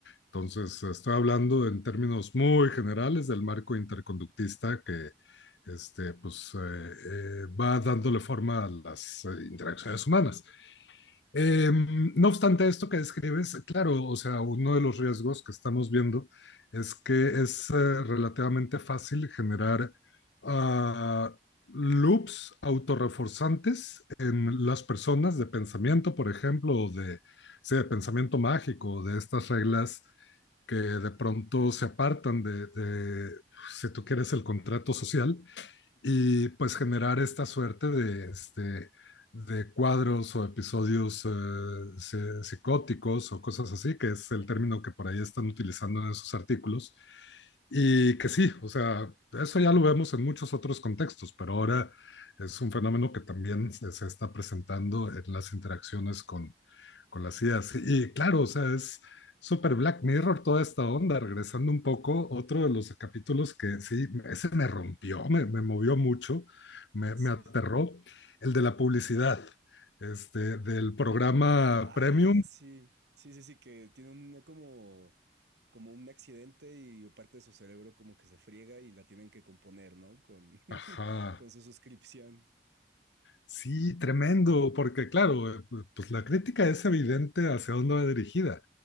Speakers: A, on the left; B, on the right.
A: Entonces, estoy hablando en términos muy generales del marco interconductista que este, pues, eh, eh, va dándole forma a las eh, interacciones humanas. Eh, no obstante, esto que describes, claro, o sea, uno de los riesgos que estamos viendo es que es eh, relativamente fácil generar uh, loops autorreforzantes en las personas de pensamiento, por ejemplo, o de, sí, de pensamiento mágico, de estas reglas que de pronto se apartan de, de, si tú quieres, el contrato social y pues generar esta suerte de, este, de cuadros o episodios eh, psicóticos o cosas así, que es el término que por ahí están utilizando en sus artículos. Y que sí, o sea, eso ya lo vemos en muchos otros contextos, pero ahora es un fenómeno que también se, se está presentando en las interacciones con, con las ideas. Y, claro, o sea, es súper Black Mirror toda esta onda, regresando un poco, otro de los capítulos que sí, ese me rompió, me, me movió mucho, me,
B: sí
A: me aterró, el de la publicidad, este, del programa
B: Ah,
A: Premium.
B: sí, sí, sí, sí, que tiene una como, como un accidente y parte de su cerebro como que se friega y la tienen que componer, ¿no? Con, <laughs>
A: Ajá.
B: con su suscripción.
A: Sí, tremendo, porque claro, eh, pu- pues la crítica es evidente hacia dónde va dirigida,